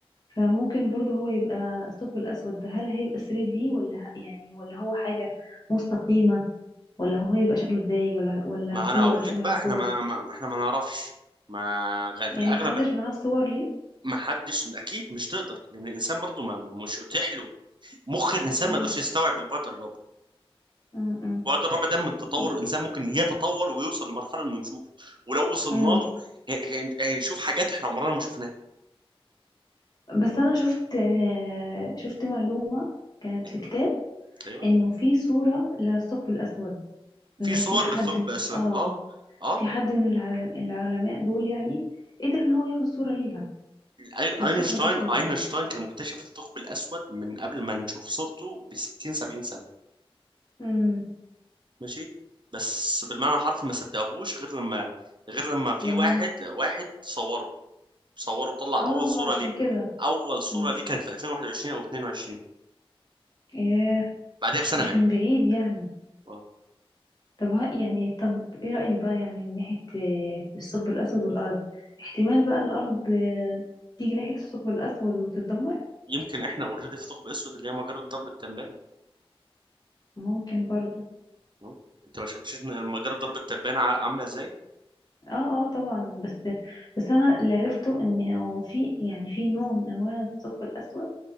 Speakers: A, on the left (about 45°); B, on the right (about 50°).
A: فممكن برضه هو يبقى الثقب الأسود ده هل هيبقى 3D ولا ه- يعني ولا هو حاجة مستقيمة ولا هو يبقى شكله ازاي ولا ولا
B: ما
A: كورة
B: انا اقول
A: شبه
B: لك بقى
A: الكورة
B: احنا ما, ما احنا ما نعرفش ما غ- في
A: يعني
B: الاغلب
A: محدش معاه الصور ليه
B: ما حدش اكيد مش تقدر لان الانسان برضو ما مش اتيح له مخ الانسان
A: مم.
B: ما يقدرش يستوعب البعد الرابع
A: مم.
B: البعد الرابع ده من التطور
A: مم.
B: الانسان ممكن يتطور ويوصل لمرحله انه يشوفه ولو وصلنا
A: مم.
B: له ه- ه- هنشوف حاجات احنا عمرنا ما شفناها
A: بس أنا شفت آه، شفت معلومة كانت
B: ايوه
A: في كتاب
B: ايوه
A: إنه في صورة للثقب الأسود إنه
B: في صور
A: في حد
B: للثقب الاسود
A: آه
B: اه اه
A: في حد من الع- العلماء دول يعني قدر إن هو ياخد صورة ليها
B: أي-
A: للثقب
B: اينشتاين
A: الأسود ده
B: اينشتاين كان مكتشف الثقب الاسود من قبل ما نشوف صورته ب 60 70 سنه
A: مم.
B: ماشي بس بالمعنى الحرفي ما صدقهوش غير لما غير لما في
A: لما
B: واحد
A: هم
B: واحد صوره صوره طلع
A: اه
B: اول
A: ما
B: صورة
A: عشان
B: ليه
A: كده
B: اول صورة
A: مم.
B: ليه كانت في 2021 او 22
A: ايه
B: بعدها بسنة
A: مش
B: مات
A: من بعيد يعني
B: آه.
A: طب ها يعني طب ايه رأيك بقى يعني من ناحية آه، الثقب الأسود والأرض احتمال بقى الأرض آه، تيجي ناحية الثقب الأسود وتتدمر
B: يمكن احنا اوريدي في ثقب اسود اللي هي مجرة درب التبان
A: ممكن برضو
B: آه. انت ما شفتش إن مجرة درب التبان ع- عاملة ازاي
A: اه اه طبعا بس بس انا اللي عرفته ان هو في يعني في نوع من انواع الثقب الأسود